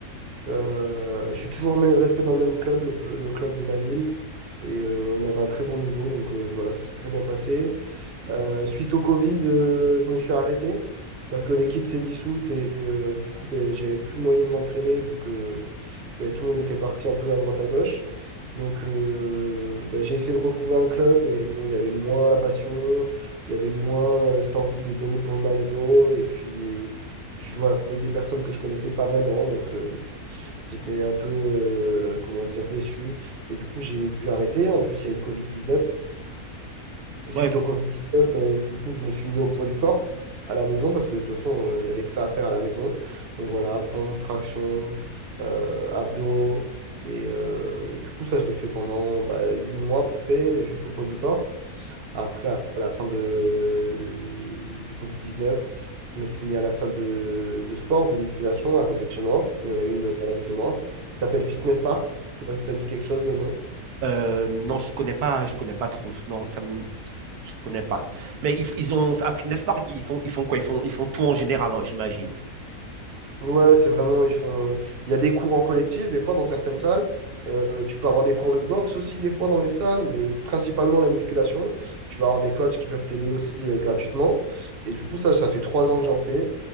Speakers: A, on the right; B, on the right.
A: Euh, je suis toujours me- resté dans le même club, le, pl- le club de ma ville, et euh, on avait un très bon niveau, donc euh, voilà, ça s'est très bien passé. Euh, suite au Covid, euh, je me suis arrêté parce que l'équipe s'est dissoute et euh, du coup, ben, j'avais plus moyen de m'entraîner vu que ben, tout le monde était parti un peu à droite à gauche. Donc, euh, ben, j'ai essayé de retrouver un club, mais bon, il y avait moins la passion, il y avait moins euh, cette envie de donner pour le maillot. Et puis, je jouais avec des personnes que je connaissais pas vraiment. Donc, euh, j'étais un peu, euh, comment dire, déçu. Et du coup, j'ai dû arrêter. En plus, il y a eu le covid dix neuf Suite
B: Ouais,
A: au Covid-19, euh, du coup, je me suis mis au poids du corps à la maison parce que de toute façon, euh, il y avait que ça à faire à la maison. Donc voilà, pompe, traction, euh, abdos. Et, euh, et du coup, ça, je l'ai fait pendant bah, 8 mois à peu près, juste au poids du corps. Après, à la fin de, du Covid-19, je me suis mis à la salle de, de sport, de musculation à côté de chez moi. Il y en a une euh, pas loin de chez moi. Ça s'appelle Fitness Park. Je sais pas si ça dit quelque chose, le nom.
B: euh, non, je connais pas, je connais pas trop. Non, ça me, je connais pas. Mais ils, ils ont à Fitness Park, ils font, ils font quoi? Ils font, ils font tout en général, hein, j'imagine.
A: Ouais, c'est vraiment, ils font. euh, Il y a des cours en collectif, des fois, dans certaines salles. Euh, tu peux avoir des cours de boxe aussi, des fois, dans les salles, mais principalement la musculation. Tu vas avoir des coachs qui peuvent t'aider aussi euh, gratuitement. Et du coup, ça, ça fait trois ans que j'en fais.